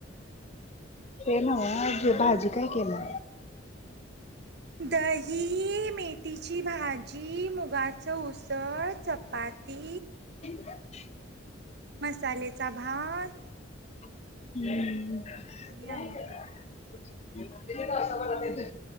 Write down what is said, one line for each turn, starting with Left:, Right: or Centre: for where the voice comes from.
Right: <unintelligible>
Left: <unintelligible> भाजी काय केला.
Right: दही, मेथीची भाजी, मुगाचं उसळ, चपाती
Left: <unintelligible>
Right: मसाल्याचा भात
Left: हम्म <unintelligible>
Right: आणि
Left: या
Right: आमटी
Left: इकडं. <unintelligible> <unintelligible> किती तासाभरात येतय.